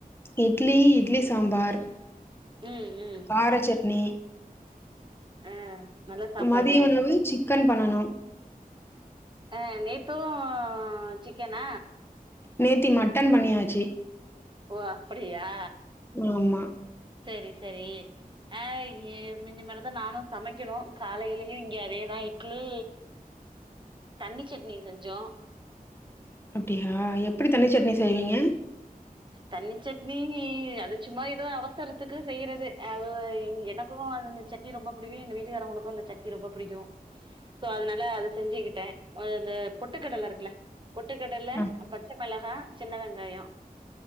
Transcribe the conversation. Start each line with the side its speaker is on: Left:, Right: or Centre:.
Left: இட்லி இட்லி சாம்பார்
Right: ம் ம்
Left: கார சட்னி
Right: ஆ நல்ல சாப்பாடு
Left: மதிய உணவு சிக்கன் பண்ணணும்
Right: ஆ நேத்து சிக்கனா
Left: நேத்தி மட்டன் பண்ணியாச்சு
Right: ஓ அப்டியா
Left: ஆமா
Right: சேரி சேரி ஆ இ இனிமேல் தான் நானும் சமைக்கணும் காலையிலயும் இங்கே அதேதான் இ இட்லி தண்ணி சட்னி செஞ்சோம்
Left: அப்டியா எப்டி தண்ணி சட்னி செய்வீங்க
Right: தண்ணி சட்னி அது சும்மா ஏதோ அவசரத்துக்கு செய்யறது அது எனக்கும் அது இந்த சட் த்தி ரொம்ப புடிக்கு எங்க வீட்டுகாரவங்களுக்கு இந்த சட்னி ரொம்ப புடிக்கு சோ அதனால அத செஞ்சுகிட்டே அ இந்த பொட்டுகடல இருக்குல பொட்டுகடல
Left: ஆ
Right: பச்ச மெளகா சின்ன வெங்காயோ